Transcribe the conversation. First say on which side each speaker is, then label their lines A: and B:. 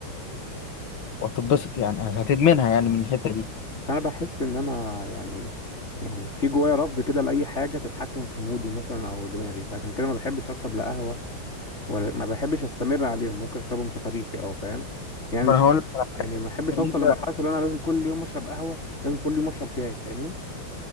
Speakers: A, on the left; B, on the left.
A: وهتتبسط يعني هتدمنها يعني من الحتة دي
B: بس انا بحس ان انا يعني يعني في جوايا رفض كده لاي حاجه تتحكم في مودي مثلا او دماغي فعشان كده ما بحبش اشرب لا قهوه ولا ما بحبش استمر عليهم ممكن اشربهم تفريحي اه فاهم يعني
A: ما
B: آه. مش
A: انا هقول لك على
B: يعني
A: حاجة
B: ما احبش اوصل
A: انت
B: لمرحله اللي انا لازم كل يوم اشرب قهوه لازم كل يوم اشرب شاي فاهمني